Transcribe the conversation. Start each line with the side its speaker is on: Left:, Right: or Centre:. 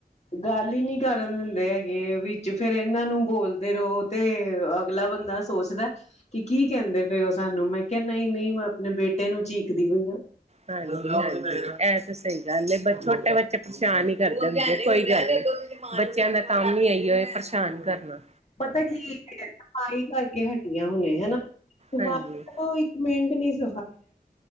Left: ਗੱਲ ਹੀ ਨਹੀਂੀ ਕਰਨ ਦਿੰਦੇ ਹੈਗੇ ਵਿੱਚ ਫੇਿਰ ਇਹਨਾਂ ਨੂੰ ਬੋਲਦੇ ਰਹੋ ਤੇ। ਅਗਲਾ ਬੰਦਾ ਸੋਚਦਾ। ਕਿ ਕੀ ਕਹਿੰਦੇ ਪਏ ਉਹ ਸਾਨੂੰ ਮੈਂ ਕਿਹਾ ਨਹੀਂ ਨਹੀਂ ਮੈਂ ਆਪਣੇ ਬੇਟੇ ਨੂੰ ਚੀਕਦੀ ਹੋਈ ਆ।
Right: ਹਾਂਜੀ ਹਾਂਜੀ ਇਹ ਤਾਂ ਸਹੀ ਗੱਲ ਹੈ ਛੋਟੇ ਬੱਚੇ ਪਰੇਸ਼ਾਨ ਹੀ ਕਰਦੇ ਹੁੰਦੇ ਕੋਈ ਗੱਲ। ਬੱਚਿਆਂ ਦਾ ਕੰਮ ਨੀ ਆਈ ਹੋ ਪਰੇਸ਼ਾਨ ਕਰਨਾ।
Left: ਪਤਾ ਕੀ ਹੈ ਸਫ਼ਾਈ ਕਰਕੇ ਹਟੀਆਂ ਹੁਣੇ ਹਨਾ ਸਾਈ।
Right: ਹਾਂਜੀ।
Left: ਮਿੰਟ ਨੀ ਸ।